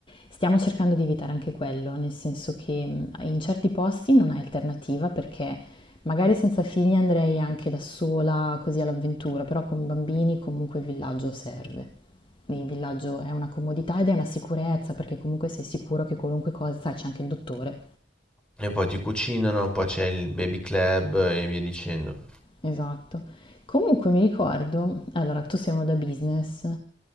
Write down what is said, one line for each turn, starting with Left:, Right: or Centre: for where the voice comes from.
Left: Stiamo cercando di evitare anche quello, nel senso che mh, in certi posti non hai alternativa perché magari senza figli andrei anche da sola così all'avventura, però con bambini comunque il villaggio serve. Il villaggio è una comodità ed è una sicurezza perché comunque sei sicuro che qualunque cosa, sai, c'è anche il dottore.
Centre: e poi ti cucinano, poi c'è il baby club e via dicendo.
Left: Esatto. Comunque mi ricordo, allora tu sei uno da business.